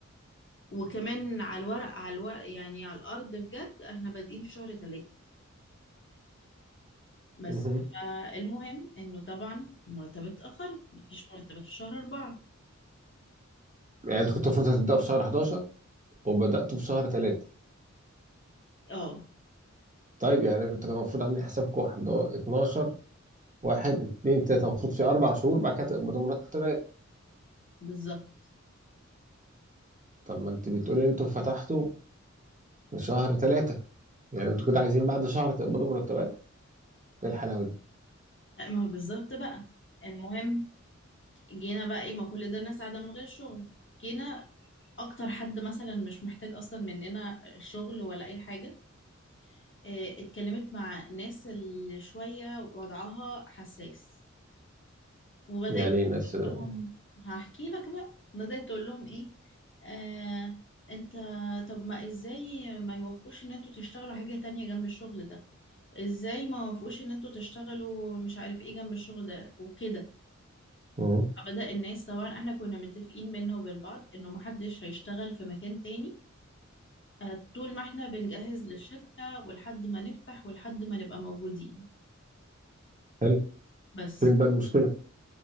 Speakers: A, on the left; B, on the right.
A: وكمان على الورق على الورق يعني على الأرض بجد إحنا بادئين في شهر 3 بس
B: مهم.
A: آه، المهم إنه طبعا المرتبات اتأخرت مفيش مرتبات في شهر 4
B: يعني انت كنت المفروض هتبدأ في شهر 11 وبدأته في شهر 3
A: أه
B: طيب يعني انت كان المفروض عاملين حسابك واحد هو 12 واحد اتنين تلاتة المفروض في اربع شهور بعد كده تقبضوا مرتبات
A: بالظبط
B: طب ما انت بتقولي انتوا فتحتوا في شهر 3 يعني انتوا كنتوا عايزين بعد شهر تقبضوا مرتبات ايه الحلاوة دي
A: آه، ما هو بالظبط بقى المهم جينا بقى إيه ما كل ده الناس قاعدة من غير شغل جينا أكتر حد مثلا مش محتاج أصلا مننا شغل ولا أي حاجة آه، اتكلمت مع الناس اللي شوية وضعها حساس وبدأت
B: يعني
A: تقول
B: ايه الناس ده
A: لهم هحكي لك بقى بدأت تقول لهم ايه آه انت طب ما ازاي ما يوافقوش ان انتوا تشتغلوا حاجة تانية جنب الشغل ده ازاي ما يوافقوش ان انتوا تشتغلوا مش عارف ايه جنب الشغل ده وكده
B: مهم.
A: فبدأ الناس طبعا احنا كنا متفقين بينا وبين بعض انه محدش هيشتغل في مكان تاني آه، طول ما احنا بنجهز للشركة ولحد ما نفتح ولحد ما نبقى موجودين
B: حلو
A: بس
B: فين بقى المشكلة